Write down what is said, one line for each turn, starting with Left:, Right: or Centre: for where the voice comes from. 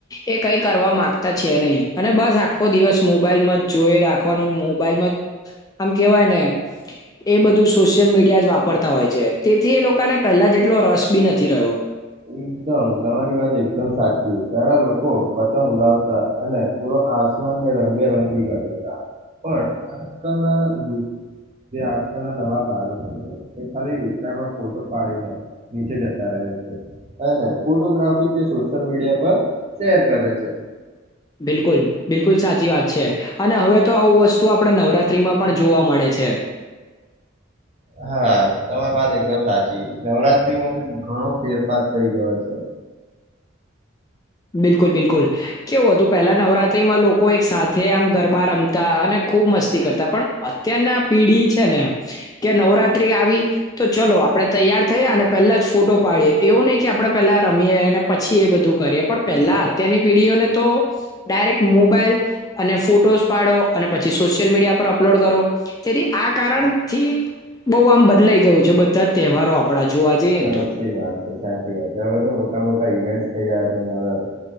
Left: એ કઈ કરવા માંગતા છે નહીિ અને બસ આખો દિવસ મોબાઈલ માં જ જોઈ રાખવાનું મોબાઈલમાં આમ કેહેવાય ને એ બધું સોશિયલ મીડિયા જ વાપરતા હોય છે તેથી એ લોકોને પહેલા જેટલો રસ બી નથી રહ્યો
Right: એકદમ તમારી વાત એકદમ સાચી તાર લોકો પતંગ ઉડાવતા અને પૂરો આસમાનને રંગેરંગી કરી દેતા પણ આજકાલનાુ જે આજકાલના નવા બાળકો છે તે ખાલી ઉત્તરાયણમાં ફોટો પાડીને નીચે જતા રહે છે અને ફોટોગ્રાફી તે સોશિયલ મીડિયા પર શેર કરે છે
Left: બિલકુલ બિલકુલ સાચી વાત છે અને હવે તો આવું વસ્તુ આપણે નવરાત્રીમાં પણ જોવા મળે છે
Right: હા તમારી વાત એકદમ સાચી નવરાત્રીમાં તો ઘણો ફેરફાર થઈ ગયો છે
Left: બિલકુલ બિલકુલ કેવું હતું પહેલા નવરાત્રીમાં લોકો એક સાથે આમ ગરબા રમતા અને ખૂબ મસ્તી કરતા પણ અત્યારના પેઢી છે ને કે નવરાત્રી આવી તો ચલો આપણે તૈયાર થઈ અને પહેલા જ ફોટો પાડીએ એવું નહીિ કે આપડણે પેલા રમીએ અને પછી એ બધું કરીએ પણ પેલા
Right: સા
Left: અત્યારની પીઢીઓને તો ડાયરેક્ટ મોબાઈલ અને ફોટોઝ પાડો અને પછી સોશિયલ મીડિયા પર અપલોડ કરો તેથી આ કારણથી બહ આમ બદલાઈ ગયું છે બધા તહેવારો આપણા જોવા જઈએ
Right: સાચી
Left: ને તો.
Right: વાત છે સાચી વાત છે હવે તો મોટા મોટા ઈવેન્ટ થઈ રહ્યા છે નવરાત્ર